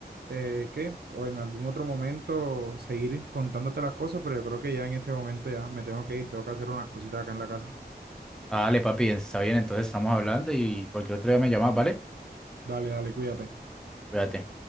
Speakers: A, on the right; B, in the centre.
A: eh, ¿qué? O en algún otro momento seguir contándote las cosas, pero yo creo que ya en este momento ya me tengo que ir, tengo que hacer unas cositas acá en la casa.
B: Ah, Dale, papi, está bien, entonces estamos hablando y cualquier otro día me llamas, ¿vale?
A: Dale, dale, cuídate.
B: Cuídate.